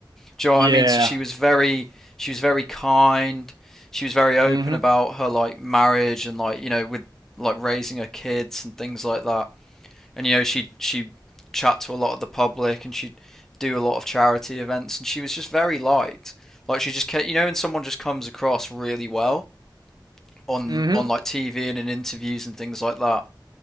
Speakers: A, in the centre; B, on the right.
A: Do you know
B: Yeah.
A: what I mean? So she was very, she was very kind. She was very open
B: hmm
A: about her like marriage and like you know with like raising her kids and things like that. And you know she she chat to a lot of the public and she'd do a lot of charity events and she was just very liked. Like she just kept, you know, and someone just comes across really well on
B: hmm
A: on like TV and in interviews and things like that